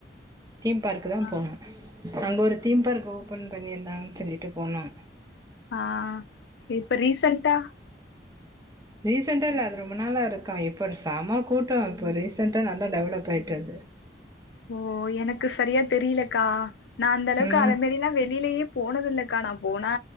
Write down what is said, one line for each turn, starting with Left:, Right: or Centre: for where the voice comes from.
Right: தீம் பார்க்கு தா
Left: ஆ
Right: போனோம் அங்க ஒரு தீம் பார்க் ஓபன் பண்ணியிருந்தாங்கனு சொல்லிட்டு போனோம்
Left: ஆஹ் இப்ப ரீசண்டா
Right: ரீசண்டா இல்ல அது ரொம்ப நாளா இருக்கா இப்ப ஒரு செம கூட்டம் இப்போ ரீசெண்டா நல்லா டெவலப் ஆயிட்டு அது
Left: ஓ எனக்கு சரியா தெரிலக்கா நா அந்தளவுக்கு
Right: ம்
Left: அத மாரியெல்லா வெளியிலேயே போனதுல்ல க்கா ந போனா